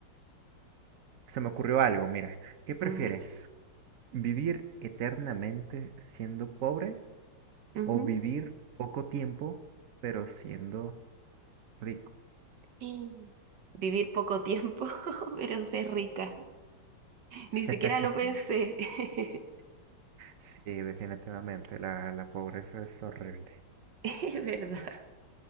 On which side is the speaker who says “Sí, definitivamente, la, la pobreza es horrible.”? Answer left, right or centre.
Right